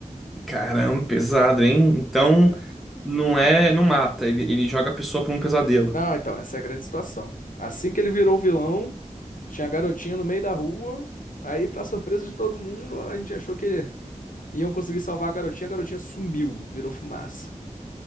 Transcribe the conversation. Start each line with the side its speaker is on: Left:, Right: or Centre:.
Centre: Caramba, pesado, hein? Então
Left: Pois é.
Centre: não é, não mata, ele, ele joga a pessoa pra um pesadelo.
Left: Não, então, essa é a grande situação. Assim que ele virou vilão, tinha a garotinha no meio da rua. Aí, pra surpresa de todo mundo, a gente achou que iam conseguir salvar a garotinha. A garotinha sumiu, virou fumaça.